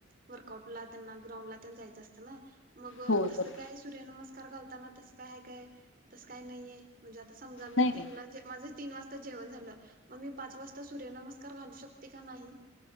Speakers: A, on the right; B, on the left.
A: वर्कआउट ला त्यांना ग्राउंडला त्यां जायचं असतं ना मग
B: हो बरोबर.
A: तसं काय सूर्यनमस्का कार घालताना तस काय काय तसं काय नाहीये म्हणजे आ समजा
B: नाही
A: मी
B: नाही
A: तीन माझे तीन वाजता जेवण झाल मग मी पाच वाजता सर्य नमस्कार घालू शकतोय काय नाही